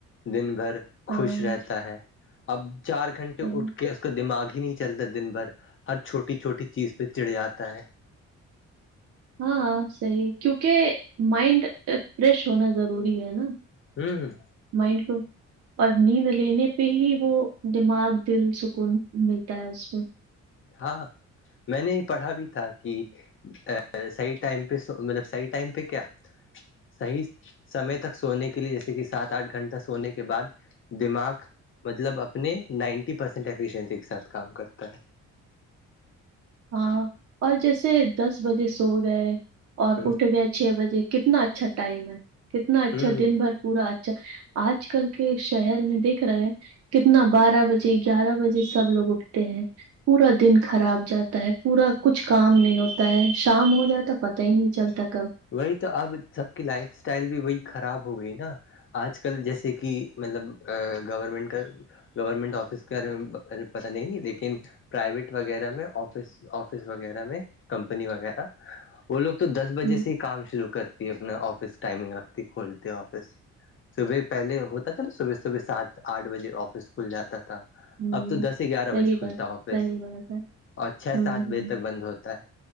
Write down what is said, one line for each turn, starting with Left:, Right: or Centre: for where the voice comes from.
Left: دن بھر
Right: ہاں
Left: خوش رہتا ہے اب چار گھنٹے
Right: صحیح
Left: اٹھ کے اس کا دماغ ہی نہیں چلتا دن بھر ہر چھوٹی چھوٹی چیز پہ چڑیاتا ہے
Right: ہاں صحیح کیونکہ مائنڈ فریش ہونا ضروری ہے نا
Left: ہمم
Right: مائنڈ تو اور نیند لینے پہ ہی وہ دماغ دل سکون ملتا ہے اس میں
Left: ہاں میں نے یہ پڑھا بھی تھا کہ ا صحیح ٹائم پہ مطلب صحیح ٹائم پہ کیا صحیح سمے تک سونے کے لیے جیسے کہ سات آٹھ گھنٹہ سونے کے بعد دماغ مطلب اپنے نائنٹی پرسینٹ ایفیشنسی کے ساتھ کام کرتا ہے
Right: ہاں اور جیسے دس بجے سو گئے اور
Left: ہ
Right: اٹھ گئے چھ بجے کتنا اچھا ٹائم ہے کتنا اچھا
Left: ہ
Right: دن بھر پورا اچھا آج کل کے شہر میں دیکھ رہے ہیں کتنا بارہ بجے گیارہ بجے سب لوگ اٹھتے ہیں پورا دن خراب جاتا ہوتا ہے پورا کچھ کام نہیں ہوتا ہے شام ہو جاتا پتا ہی نہیں چلتا کب
Left: وہی تو اب سب کی لائف اسٹائل بھی وہی خراب ہو گئی نا آج کل جیسے کہ مطلب گورنمنٹ کا گورنمنٹ آفس کے بارے میں پتا نہیں لیکن پرائیویٹ وغیرہ میں آفس آفس وغیرہ میں کمپنی وغیرہ وہ لوگ تو دس بجے
Right: ہوں
Left: سے ہی کام شروع کرتی ہے اپنا آفس ٹائمنگ رکھتی کھولتے آفس صبح پہلے ہوتا تھا نا صبح صبح سات آٹھ بجے آفس کھل جاتا تھا
Right: ہوں
Left: اب تو دس سے گیارہ
Right: صحیح
Left: بجے کھلتا
Right: بات
Left: ہے آفس
Right: صحیح بات ہے
Left: اور چھ
Right: ہوں
Left: سات
Right: ہوں
Left: بجے تک بند ہوتا ہے